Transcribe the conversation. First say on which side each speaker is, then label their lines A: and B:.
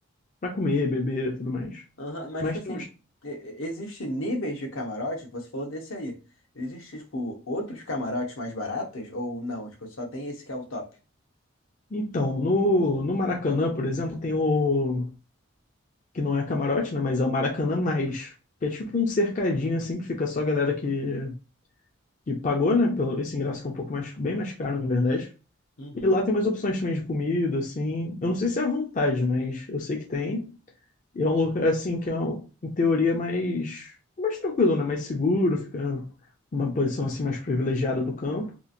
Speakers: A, on the left; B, on the left.
A: pra comer, beber e tudo mais.
B: Aham, mas,
A: Mas
B: tipo assim,
A: tem uns
B: e- existe níveis de camarote, você falou desse aí. Existe, tipo, outros camarotes mais baratos ou não? Tipo, só tem esse que é o top.
A: Então, no, no Maracanã, por exemplo, tem o. que não é camarote, né? Mas é o Maracanã Mais. Que é tipo um cercadinho assim que fica só a galera que, que pagou, né? Pelo, esse ingresso que é um pouco mais, bem mais caro, na verdade.
B: Uhum.
A: E lá tem umas opções também de comida, assim. Eu não sei se é à vontade, mas eu sei que tem. E é um lugar assim que é, um- em teoria, mais, mais tranquilo, né? Mais seguro, fica uma posição assim mais privilegiada do campo.